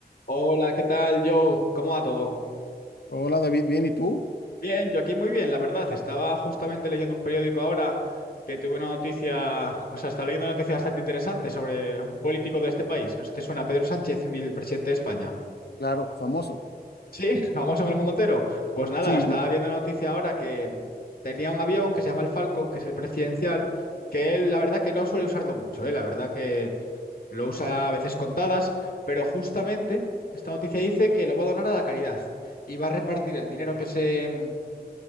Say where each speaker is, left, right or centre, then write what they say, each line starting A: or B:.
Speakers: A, on the left (about 60°); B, on the left (about 75°).
A: Hola, ¿qué tal, Joe? ¿Cómo va todo?
B: Hola David, bien, ¿y tú?
A: Bien, yo aquí muy bien, la verdad. Estaba justamente leyendo un periódico ahora que tuve una noticia, o sea, estaba leyendo una noticia bastante interesante sobre un político de este país. No sé si te suena Pedro Sánchez, el presidente de España.
B: Claro. Famoso.
A: Sí, <laughs> famoso en el mundo entero. Pues nada,
B: Sí,
A: estaba viendo una noticia ahora que tenía un avión que se llama el Falcon, que es el presidencial, que él la verdad que no suele usarlo mucho, ¿eh? La verdad que. Lo usa a veces contadas, pero justamente esta noticia dice que lo va a donar a la caridad y va a repartir el dinero que se, mm,